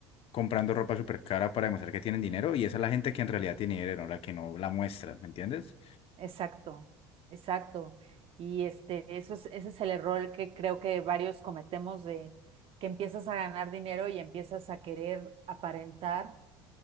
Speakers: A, on the left (about 50°); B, on the right (about 50°).
A: comprando ropa súper cara para demostrar que tienen dinero, y esa es la gente que en realidad tiene dinero, la que no la muestra, ¿me entiendes?
B: Exacto, exacto. Y este, eso es, ese es el error que creo que varios cometemos de que empiezas a ganar dinero y empiezas a querer aparentar